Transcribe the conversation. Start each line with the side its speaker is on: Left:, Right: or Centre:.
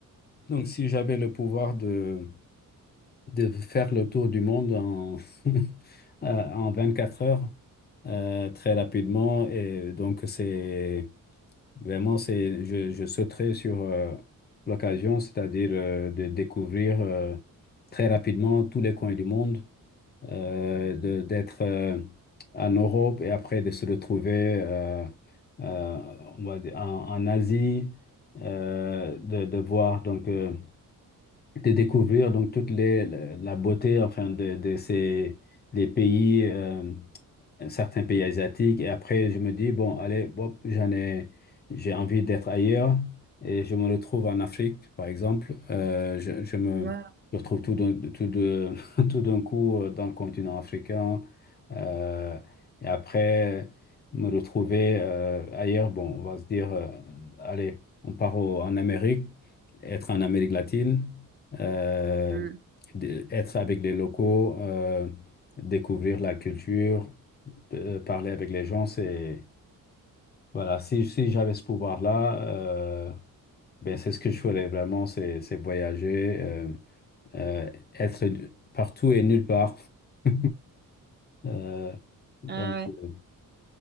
Left: Donc, si j'avais le pouvoir de, de faire le tour du monde en, <laughs> euh, en 24 heures, euh, très rapidement, et donc c'est vraiment, c'est, je, je sauterais sur euh, l'occasion, c'est-à-dire euh, de découvrir euh, très rapidement tous les coins du monde euh, de- d'être euh, en Europe et après de se retrouver euh, euh, on va dire en, en Asie, euh, de, de voir donc euh, de découvrir donc toute les, la beauté enfin de, de ces des pays. euh, certains pays asiatiques. Et après, je me dis, bon, allez, bon, j'en ai, j'ai envie d'être ailleurs. Et je me retrouve en Afrique, par exemple. Euh, je, je me
Right: Ouais.
Left: retrouve tout d'un tout de, <laughs> tout d'un coup euh, dans le continent africain. Euh, et après, me retrouver euh, ailleurs, bon, on va se dire, euh, allez, on part au- en Amérique, être en Amérique latine, euh,
Right: Hmm.
Left: d- être avec les locaux. euh, découvrir la culture, euh, parler avec les gens, c'est... Voilà, si, si j'avais ce pouvoir-là, euh, ben c'est ce que je ferais vraiment, c'est c'est voyager, euh, euh, être partout et nulle part. <laughs> Euh, donc,
Right: Ah ouais.
Left: euh,